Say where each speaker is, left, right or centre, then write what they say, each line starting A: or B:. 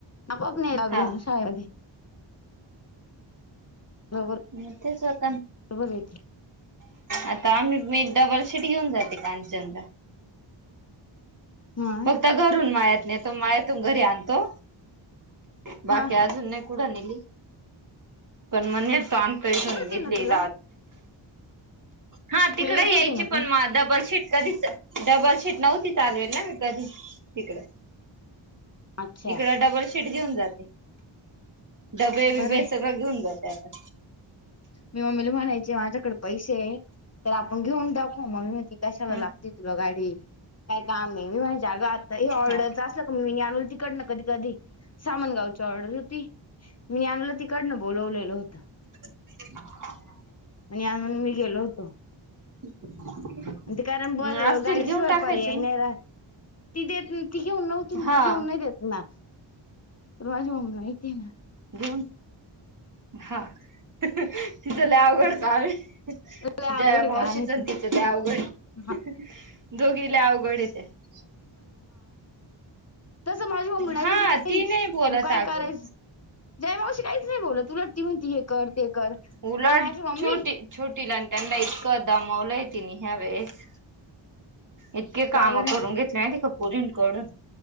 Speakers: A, on the left; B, on the right.
A: ना पप नाही लागलोग
B: हा
A: शाळेमध्ये. <inaudible>
B: म तेे सरका.
A: तु बजा येते.
B: आता आम्ही, मी डबल शीट घेऊन जाते कांचनला.
A: हा
B: फक्त घरून माळ्यात नेतो, मळ्यातुन घरी आणतो. बाकी
A: हा
B: अजून नाही कुड नीली, पण मग नेतो आम्ही.
A: येत होते ना तुला
B: <inaudible> हा तिकड
A: तू येत
B: यायची,
A: होते ना
B: पण म डबल शिट कधीच डबल शीट नव्हती चालवेल ना, मी कधी तिकड
A: अच्छा
B: इकड डबल शीट घेऊन जाते, डबे-बिबे
A: बरं आहे
B: सगळं घेऊन जाते. ते आता
A: मी मम्मीला म्हणायची माझ्याकड पैसे ये, तर आपण घेऊन टाकू, मम्मी म्हणायची कशाला
B: हम्म
A: लागती तुला गाडी? काय कामे? मी मम्हणायची अग आता ह्या ऑर्डरच
B: हा
A: अस मी आणलं तिकडन कधी-कधी, सामान गावची ऑर्डर होती, मी आणल ती तीकडनं बोलवलेलं होतं.
B: ह <inaudible>
A: आणि आणून मी गेलो होतो.
B: <inaudible>
A: ते कारण ब
B: असतील
A: गाडी
B: घेऊन
A: शिवा्य
B: टाकायचे
A: पर्याय
B: ना
A: नही रा ती देत, ती घेऊन नव्हती,
B: हा
A: ती घेऊन नहि देत ना. तुला माझी मम्मी माहिती ना?
B: घेऊन हा, हं ह तिच लइ अवगड कामे.
A: लय अवघड
B: जया मावशीचन,
A: काम आहे
B: तिचं लइ अवघड आहे.
A: <unintelligible> <inaudible>
B: दोघी लय अवघड आहे त्या
A: तसं माझी मम्मी डायरेक्ट
B: हा
A: नाहीच,
B: ती नाही बोलत
A: काय
B: अगं
A: करायचं? जया मावशी काहीच नही बोलत, उलट ती म्हणते हे कर, ते कर.
B: उलट
A: पण माझी मम्मी
B: छोटी-छोटीलान त्यांना इतकं दमावलंय तिनी यावेळेस इतके
A: का
B: काम
A: बरं
B: करून घेतले माहिती का पुरींकडून